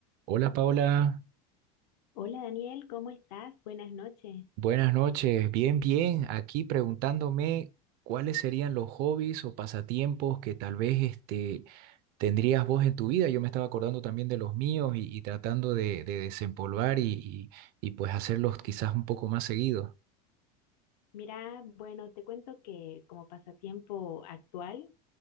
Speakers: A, on the right; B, on the left.
A: Hola Paola,
B: Hola Daniel, ¿cómo estás? Buenas noches.
A: buenas noches. Bien, bien. Aquí preguntándome cuáles serían los hobbies o pasatiempos que tal vez este, tendrías vos en tu vida. Yo me estaba acordando también de los míos y, y tratando de, de desempolvar y, y- y, pues hacerlos quizás un poco más seguido.
B: Mira, bueno, te cuento que como pasatiempo actual